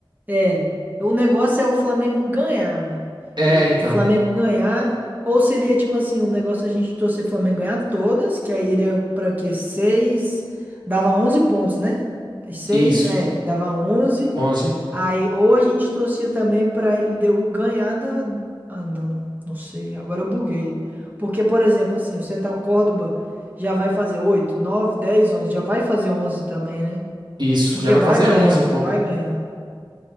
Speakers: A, on the right; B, on the right.
A: É, o negócio é o Flamengo ganhar, mano.
B: É,
A: E o
B: então.
A: Flamengo ganhar, ou seria tipo assim, o negócio é a gente torcer o Flamengo ganhar todas, que aí iria pra quê? Seis, dava 11 pontos, né? Seis,
B: Isso.
A: é, dava onze.
B: 11.
A: Aí, ou a gente torcia também pra LDU ganhar da... Ah, não, não sei, agora eu buguei. Porque, por exemplo, assim, o Central Córdoba já vai fazer 8, 9, 10, 11, já vai fazer 11 também, né?
B: Isso.
A: Porque
B: Já vai
A: vai
B: fazer
A: ganhar,
B: 11, pô.
A: vai ganhar.